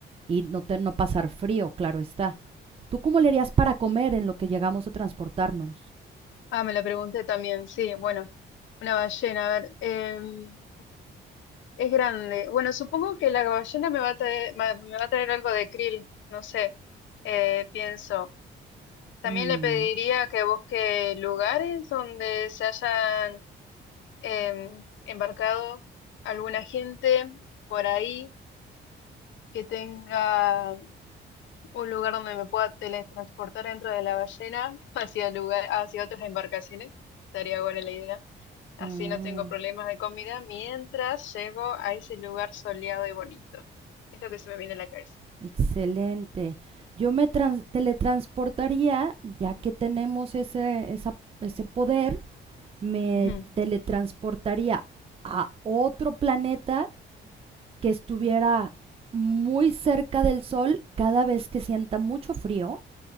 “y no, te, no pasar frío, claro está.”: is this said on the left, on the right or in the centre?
Right